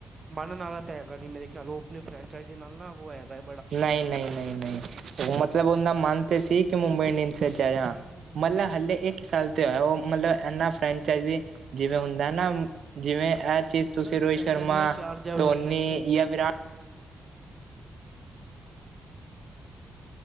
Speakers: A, on the right; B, on the right.
A: ਮਨਣ ਆਲਾ ਤਾਂ ਹੈਗਾ ਨੀ ਮੇਰੇ ਖਿਆਲ ਓ ਆਪਣੀ ਫੈਂਚਾਈਜ਼ ਨਾਲ ਨਾ ਵੋ ਹੈਗਾ ਏ।
B: ਨਈ-ਨਈ-ਨਈ-ਨਈ ਓ ਮਤਲਬ ਔਨਦਾ ਮਨ ਤੇ ਸੀ ਕੀ ਮੁੰਬਈ ਇੰਡੀਅਨਸ <unintelligible>
A: ਹੂੰ ਹੂੰ ਹੂੰ
B: ਮੰਨ ਲੈ ਹੱਲੇ
A: ਅੱਛਾ
B: ਇੱਕ ਸਾਲ <unintelligible> ਓ ਮਤਲਬ ਐਨਾ ਫਰੈਂਚਾਈਜ਼ ਜਿਵੇਂ ਹੁੰਦਾ ਨਾ ਜਿਵੇਂ ਐ ਚੀ
A: ਮਤਲਬ
B: ਤੁਸੀਂ
A: ਇੱਕ
B: ਰੋਹਿਤ
A: ਫਰੈਂਚਾਈਜ਼ੀ
B: ਸ਼ਰਮਾ,
A: ਨਾਲ ਪਿਆਰ ਜਿਹਾ ਹੋ
B: ਧੋਨੀ
A: ਜਾਂਦਾ ਜਿਵੇਂ
B: ਯਾਂ ਵਿਰਾ